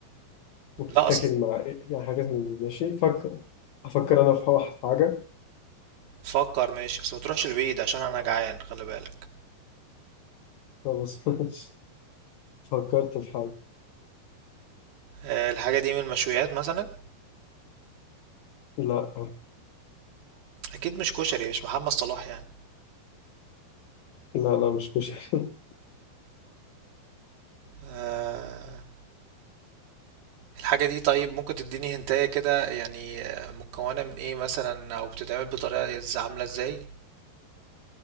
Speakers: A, on the left; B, on the right.
A: وبتتاكل
B: لا
A: مع إيه يعني حاجات من دي ماشي فكر أفكر أنا في حاجة
B: فكر ماشي بس ما تروحش البعيد عشان انا جعان خلي بالك
A: خلاص ماشي فكرت في حاجة
B: آه، الحاجه دي من المشويات مثلا
A: لا
B: اكيد مش كشري مش محمد صلاح يعني
A: لا لا مش كشري
B: آه، الحاجه دي طيب ممكن تديني هنتايه كده يعني آه، مكونه من ايه مثلا او بتتعمل بطريقه إز- عامله ازاي